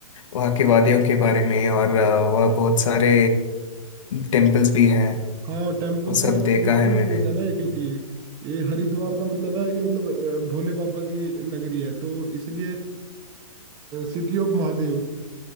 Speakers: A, on the left (about 60°); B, on the right (about 25°).
A: वहाँ के वादियों के बारे में और अ, वहाँ बहुत सारे टेम्पल्स भी हैं
B: हाँ टेम्पल्स
A: वो सब
B: यार स्पिरिचुअल
A: देखा है मैंने
B: प्लेस है ना ये क्योंकि ये हरिद्वार का मतलब है ये मतलब अ, भोले बाबा की नगरी है तो इसलिए सिटी ऑफ महादेव